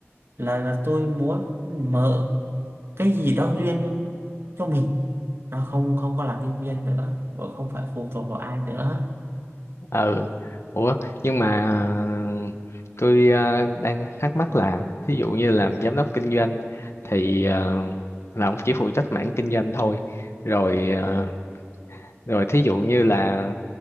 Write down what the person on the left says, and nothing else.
ờ. Ủa, nhưng mà ờ, tôi ờ, đang thắc mắc là thí dụ như làm giám đốc kinh doanh thì ờ, là ông chỉ phụ trách mảng kinh doanh thôi. Rồi ờ, rồi thí dụ như là